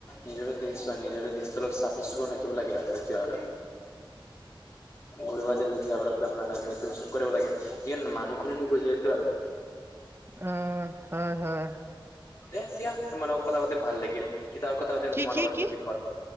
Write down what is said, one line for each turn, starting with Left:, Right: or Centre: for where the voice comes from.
Left: নিজৰে দেশ হয় নিজৰে দেশটো অলপ চাফা চিকুণ ৰাখিব লাগে আৰু এতিয়া আৰু গৰিবা য নালাগে এইটো চব কৰিব লাগে কি মানুহখনে নুবুজে এইটো আৰু <inaudible>
Right: অ' হয় হয়
Left: এহ দিয়া তোমাৰ লগত কথা পাতি ভাল লাগিল সীতাৰ কথা পাতিম
Right: কি
Left: তোমালোকৰ
Right: কি কি
Left: যিটো বিষয়ত